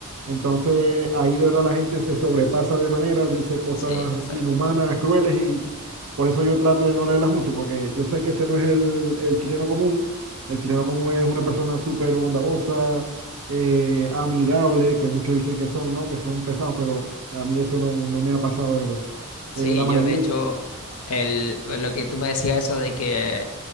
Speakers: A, on the right; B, on the left.
A: Entonces ahí de verdad la gente se sobrepasa de manera, dice cosas
B: sí, exacto.
A: inhumanas, crueles y por eso yo trato de no leerlas mucho, porque yo sé que ese no es el, el chileno común. El chileno común es una persona súper bondadosa, eh, amigable, que muchos dicen que son, ¿no? Que son pesados, pero a mí eso no, no me ha pasado de verdad.
B: Sí,
A: Eh, la mayoría,
B: yo de hecho, el, pues, lo que tú me decías eso de que,